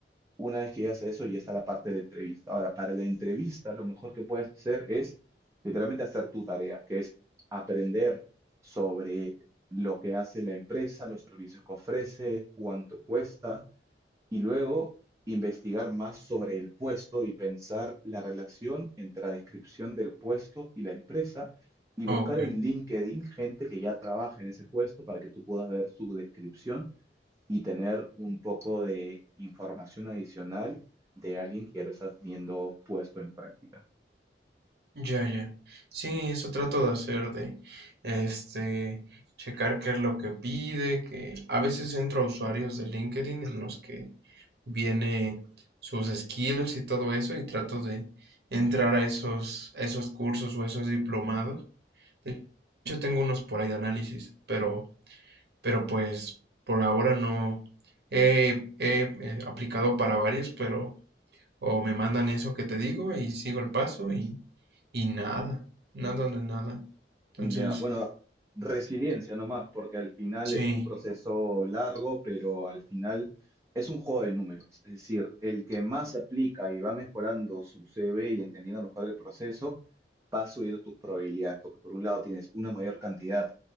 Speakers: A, on the right; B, on the right.
A: una vez que llegas a eso, ya está la parte de la entrevista. Ahora, para la entrevista, lo mejor que puedes hacer es literalmente hacer tu tarea, que es aprender sobre lo que hace la empresa, los servicios que ofrece, cuánto cuesta, y luego investigar más sobre el puesto y pensar la relación entre la descripción del puesto y la empresa y buscar
B: Ok,
A: en LinkedIn gente que ya trabaja en ese puesto para que tú puedas ver su descripción y tener un poco de información adicional de alguien que ya lo estás viendo puesto en práctica.
B: ya, ya. Sí, eso trato de hacer de, este, checar qué es lo que pide, que a veces entro a usuarios de LinkedIn en los que viene sus skills y todo eso y trato de entrar a esos, a esos cursos o a esos diplomados. De hecho, tengo unos por ahí de análisis, pero, pero pues por ahora no he, he, eh, aplicado para varios, pero o me mandan eso que te digo y sigo el paso y, y nada, nada de nada. Entonces,
A: Ya, bueno, resiliencia nomás, porque al final
B: sí,
A: es un proceso largo, pero al final es un juego de números. Es decir, el que más aplica y va mejorando su CV y entendiendo mejor el proceso, vas subiendo tus probabilidades, porque por un lado tienes una mayor cantidad